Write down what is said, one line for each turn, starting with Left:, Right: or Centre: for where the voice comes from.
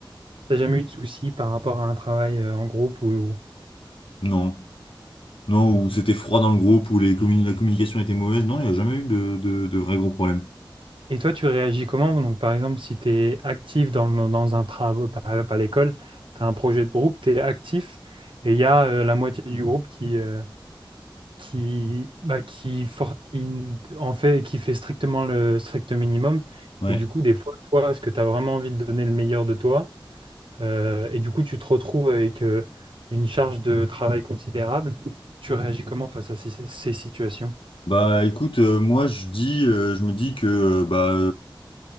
Right: T'as jamais eu de soucis par rapport à un travail euh, en groupe ou... ou-
Left: Non. Non, où c'était froid dans le groupe, où les communi- la communication était mauvaise. Non, il n'y a jamais eu de, de, de vrais gros problèmes.
Right: Et toi, tu réagis comment? Donc, par exemple, si tu es actif dans, le- dans un travail, par exemple à l'école, tu as un projet de groupe, tu es actif, et il y a euh, la moitié du groupe qui euh, qui, bah, qui, for- qui n- en fait, qui fait strictement le strict minimum.
Left: Ouais.
Right: Et du coup, des fois, toi, est-ce que tu as vraiment envie de donner le meilleur de toi? Euh, et du coup, tu te retrouves avec euh, une charge de travail considérable. Tu réagis comment face à ces, ces situations?
Left: Bah écoute, euh, moi je dis, euh, je me dis que euh, bah